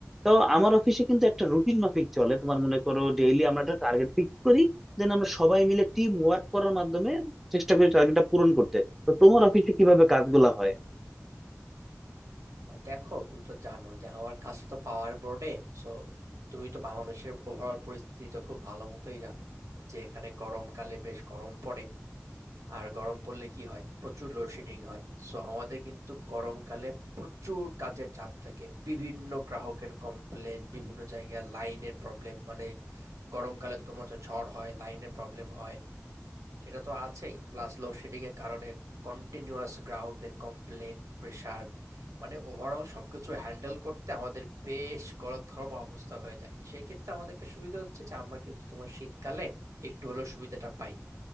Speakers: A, in the centre; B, on the right (about 80°).
A: তো আমার অফিসে কিন্তু একটা রুটিন মাফিক চলে তোমার মনে করো ডেইলি আমরা একটা টার্গেট ফিক্স করি দেন আমরা সবাই মিলে টিম ওয়ার্ক করার মাধ্যমে চেষ্টা করি টার্গেটটা পূরণ করতে তো তোমার অফিসে কিভাবে কাজগুলা হয়
B: না দেখো তুমি তো জানো যে আমার কাজটা তো পাওয়ার বোর্ডে সো তুমি তো বাংলাদেশের ওভারঅল পরিস্থিতি তো খুব ভালো মতোই জানো যে এখানে গরমকালে বেশ গরম পড়ে আর গরম পড়লে কি হয় প্রচুর লোডশেডিং হয় সো আমাদের কিন্তু গরমকালে প্রচুর কাজের চাপ থাকে বিভিন্ন গ্রাহকের কমপ্লেন বিভিন্ন জায়গায় লাইনের প্রবলেম মানে গরমকালে তো তোমার হচ্ছে ঝড় হয় লাইনের প্রবলেম হয় সেটা তো আছেই প্লাস লোডশেডিংয়ের কারণে কন্টিনিউয়াস গ্রাহকদের কমপ্লেন প্রেশার মানে ওভারঅল সব কিছু হ্যান্ডেল করতে আমাদের বেশ গলদঘর্ম অবস্থা হয়ে যায় সেই ক্ষেত্রে আমাদের একটা সুবিধা হচ্ছে যে আমরা কিন্তু তোমার শীতকালে একটু হলেও সুবিধাটা পাই